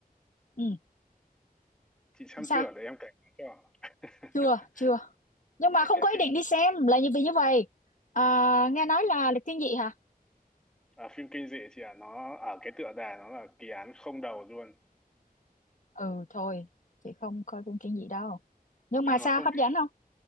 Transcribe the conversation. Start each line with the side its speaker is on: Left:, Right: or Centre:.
Left: ừ,
Centre: chị xem
Left: sao
Centre: chưa để em kể cho <laughs>
Left: chưa chưa nhưng mà
Centre: cái
Left: không
Centre: cái
Left: có ý
Centre: phim
Left: định
Centre: đấy
Left: đi xem là như vì như vậy à, nghe nói là lịch thiên dị hả
Centre: à, phim kinh dị chị ạ nó ở cái tựa đề nó là kỳ án không đầu luôn
Left: ừ thôi chị không coi phim kinh dị đâu nhưng
Centre: à
Left: mà
Centre: mà
Left: sao
Centre: không
Left: hấp
Centre: biết
Left: dẫn không